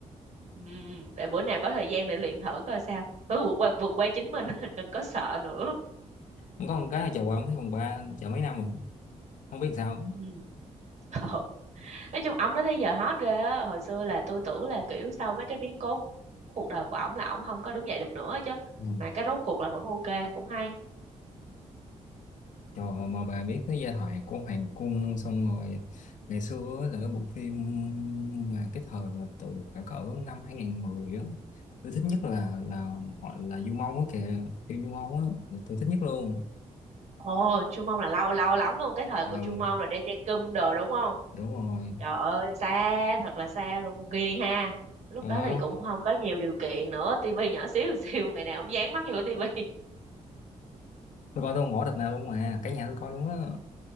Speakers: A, on the right; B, on the left.
A: ừ, để bữa nào có thời gian để luyện thử coi sao Cứ vượt qua vượt qua chính mình <laughs> đừng có sợ nữa
B: không có một cái là chờ quảng thấy phòng ba chờ mấy năm rồi không biết sao
A: ừ. Ờ. nói chung ổng đó tới giờ hot ghê á hồi xưa là tôi tưởng là kiểu sau mấy cái biến cố cuộc đời của ổng là ổng không có đứng dậy được nữa chứ
B: ừ.
A: mà cái rốt cuộc là vẫn ok cũng hay
B: trời mà, mà bà biết cái giai thoại của Hoàng Cung xong rồi ngày xưa á là cái bộ phim mà cái thời mà từ khoảng cỡ năm hai nghìn mười á tôi thích nhất là là họ là Du Mông á kìa phim Du Mông á là tôi thích nhất luôn
A: ồ Chu Mông là lâu lâu lắm luôn cái thời
B: ừ
A: của Chu Mông là đeo chai cum đồ đúng không
B: đúng rồi
A: trời ơi xa thật là xa luôn ghiền ha lúc
B: ờ
A: đó thì cũng không có nhiều điều kiện nữa tivi nhỏ xíu <laughs> xíu ngày nào cũng dán mắt vô tivi
B: tôi coi tôi không bỏ tập nào luôn mà cả nhà tôi coi luôn á